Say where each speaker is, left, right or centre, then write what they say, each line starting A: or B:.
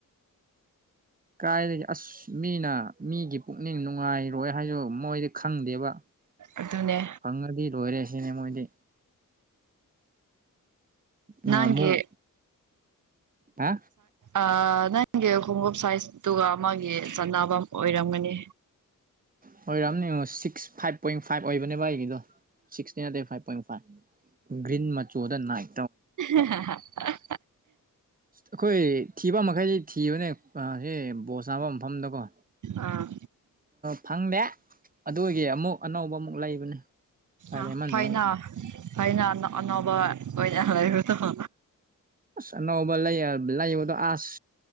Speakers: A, on the right; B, on the right.
A: ꯀꯥꯏꯗꯒꯤ ꯑꯁ ꯃꯤꯅ ꯃꯤꯒꯤ ꯄꯨꯛꯅꯤꯡ ꯅꯨꯡꯉꯥꯏꯔꯣꯏ ꯍꯥꯏꯁꯨ ꯃꯣꯏꯗꯤ ꯈꯪꯗꯦꯕ
B: ꯑꯗꯨꯅꯦ
A: ꯐꯪꯉꯗꯤ ꯂꯣꯏꯔꯦ ꯁꯤꯅꯦ ꯃꯣꯏꯗꯤ ꯅꯍꯥꯟꯃꯨꯛ
B: ꯅꯪꯒꯤ
A: ꯍꯥ
B: ꯑ ꯅꯪꯒꯤ ꯈꯣꯡꯎꯞ ꯁꯥꯏꯖꯇꯨꯒ ꯑꯃꯒꯤ ꯆꯥꯟꯅꯕꯝ ꯑꯣꯏꯔꯝꯒꯅꯤ
A: ꯍꯣꯏꯔꯥꯝꯅꯤ ꯌꯦꯡꯉꯣ ꯁꯤꯛꯁ ꯐꯥꯏꯚ ꯄꯣꯏꯟ ꯐꯥꯏꯚ ꯑꯣꯏꯕꯅꯦꯕ ꯑꯩꯒꯤꯗꯣ ꯁꯤꯛꯁꯇꯤ ꯅꯠꯇꯦ ꯐꯥꯏꯚ ꯄꯣꯏꯟ ꯐꯥꯏꯚ ꯒ꯭ꯔꯤꯟ ꯃꯆꯨꯗ ꯅꯥꯏꯟ
B: <unintelligible>
A: ꯑꯩꯈꯣꯏ ꯊꯤꯕ ꯃꯈꯩꯗꯤ ꯊꯤꯕꯅꯦ ꯑ ꯍ ꯕꯣꯜ ꯁꯥꯟꯕꯝ ꯃꯐꯝꯗꯀꯣ ꯑ
B: ꯑꯥ
A: ꯐꯪꯗꯦ ꯑꯗꯨꯒꯤ ꯑꯃꯨꯛ ꯑꯅꯧꯕ ꯑꯃꯨꯛ ꯂꯩꯕꯅꯦ ꯎꯄꯥꯏ
B: ꯑ
A: ꯂꯩꯃꯟꯕꯒꯤ
B: ꯐꯩꯅ ꯐꯩꯅ ꯅ ꯑꯅꯧꯕ ꯑꯣꯏꯅ ꯂꯩꯔꯣꯗꯥꯀꯣ
A: ꯑꯁ ꯑꯅꯧꯕ ꯂꯩ ꯑ ꯂꯩꯕꯗꯣ ꯑꯁ